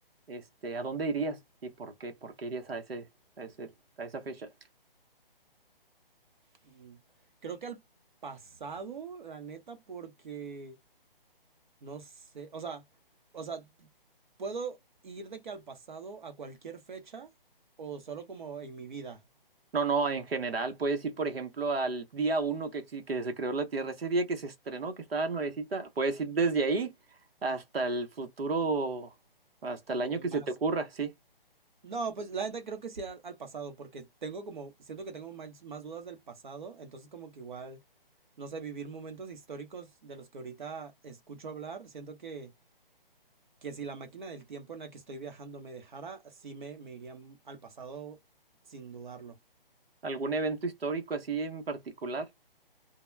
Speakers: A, on the right; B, on the right.
A: Este, ¿a dónde irías y por qué? ¿Por qué irías a ese, a ese, a esa fecha?
B: Mm, Creo que al pasado, la neta, porque... No sé, o sea, o sea, ¿puedo ir de que al pasado a cualquier fecha o solo como en mi vida?
A: No, no, en general puedes ir, por ejemplo, al día uno que, exi- que se creó la Tierra, ese día que se estrenó, que estaba nuevecita, puedes ir desde ahí hasta el futuro, hasta
B: Lo
A: el año que se
B: más...
A: te ocurra, sí.
B: No, pues la neta creo que sí al, al pasado, porque tengo como, siento que tengo más, más dudas del pasado, entonces como que igual, no sé, vivir momentos históricos de los que ahorita escucho hablar, siento que, que si la máquina del tiempo en la que estoy viajando me dejara, sí me, me iría al pasado sin dudarlo.
A: ¿Algún evento histórico así en particular?